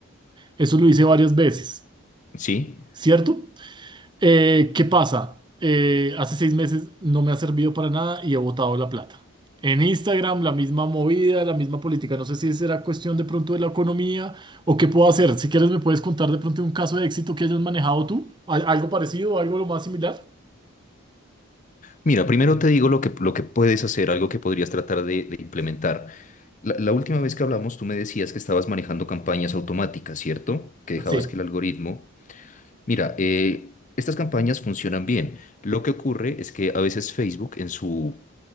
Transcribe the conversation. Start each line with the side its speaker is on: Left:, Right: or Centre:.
Right: Eso lo hice varias veces,
Left: Sí.
Right: ¿cierto? Eh, ¿qué pasa? Eh, hace seis meses no me ha servido para nada y he botado la plata. En Instagram, la misma movida, la misma política. No sé si será cuestión de pronto de la economía o qué puedo hacer. Si quieres, me puedes contar de pronto un caso de éxito que hayas manejado tú. ¿Al- ¿Algo parecido, algo lo más similar?
Left: Mira, primero te digo lo que, lo que puedes hacer, algo que podrías tratar de, de implementar. La, la última vez que hablamos, tú me decías que estabas manejando campañas automáticas, ¿cierto? Que dejabas
Right: Sí.
Left: que el algoritmo... Mira, eh, estas campañas funcionan bien. Lo que ocurre es que a veces Facebook en su